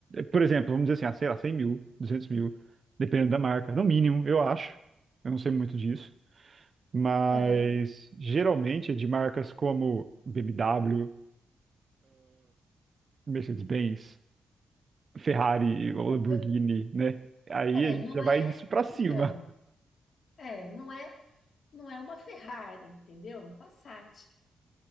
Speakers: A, on the right; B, on the left.
A: Por exemplo, vamos dizer assim, ah, sei lá, 100 mil, 200 mil, dependendo da marca. No mínimo, eu acho. Eu não sei muito disso. mas
B: aham.
A: geralmente é de marcas como BMW, Mercedes-Benz, Ferrari ou
B: Eu-
A: Lamborghini, né? Aí
B: É,
A: a gente
B: não
A: já
B: é.
A: vai disso pra cima.
B: Então, é, não é, não é uma Ferrari, entendeu? É um Passat.